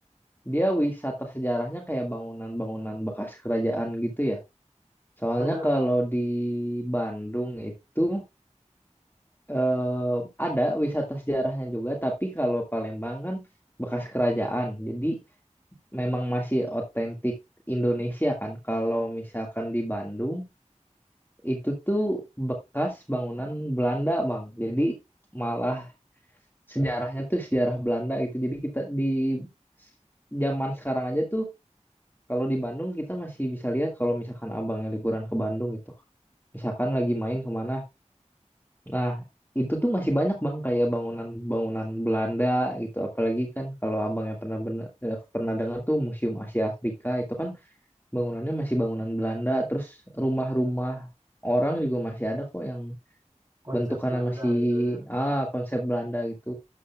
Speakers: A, on the left; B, on the right.
A: dia wisata sejarahnya kayak bangunan-bangunan bekas kerajaan gitu ya. Soalnya
B: Bener,
A: kalau
B: Bang.
A: di Bandung itu eh, ada wisata sejarahnya juga, tapi kalau Palembang kan bekas kerajaan. Jadi memang masih otentik Indonesia kan. Kalau misalkan di Bandung itu tuh bekas bangunan Belanda, Bang. Jadi malah sejarahnya tuh sejarah Belanda gitu. Jadi kita di zaman sekarang aja tuh kalau di Bandung kita masih bisa lihat kalau misalkan abangnya liburan ke Bandung gitu. Misalkan lagi main kemana. Nah, itu tuh masih banyak bang kayak bangunan-bangunan Belanda gitu. Apalagi kan kalau abangnya pernah bener, eh, pernah dengar tuh Museum Asia Afrika itu kan bangunannya masih bangunan Belanda. Terus rumah-rumah orang juga masih ada kok yang
B: Konsep
A: bentukannya
B: Belanda
A: masih
B: gitu ya.
A: ah konsep Belanda gitu